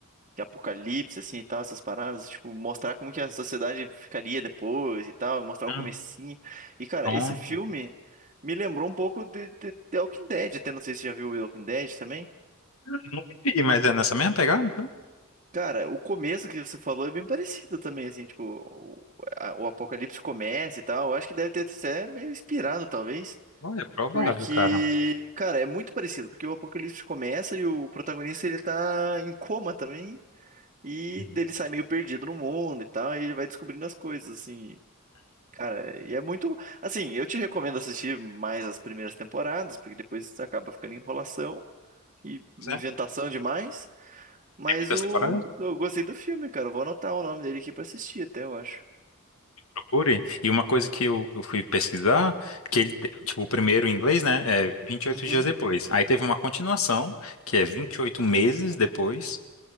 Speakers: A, on the right; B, on the left.
A: de apocalipse, assim, e tal, essas paradas. Tipo, mostrar como que a sociedade ficaria depois e tal, mostrar
B: hum,
A: o comecinho. E, cara,
B: bom,
A: esse filme me lembrou um pouco de, de, de Walking Dead, até não sei se você já viu o Walking Dead também.
B: eu nunca vi, mas é nessa mesma pegada, então,
A: Cara, o começo que você falou é bem parecido também, assim, tipo, o, a- o apocalipse começa e tal. Eu acho que deve ter sido até meio inspirado, talvez.
B: olha, é provável,
A: Porque,
B: cara.
A: cara, é muito parecido, porque o Apocalipse começa e o protagonista ele tá em coma também, e
B: Hum.
A: dele sai meio perdido no mundo e tal, e ele vai descobrindo as coisas, assim, cara, e é muito, assim, eu te recomendo assistir mais as primeiras temporadas, porque depois acaba ficando enrolação e inventação
B: É,
A: demais, mas
B: tem muitas
A: o
B: temporadas?
A: eu gostei do filme, cara, eu vou anotar o nome dele aqui pra assistir até, eu acho.
B: procure. E uma coisa que eu, eu fui pesquisar, que ele, te- tipo, o primeiro em inglês, né, é vinte e oito
A: Uhum.
B: dias depois. Aí teve uma continuação, que é 28 meses depois.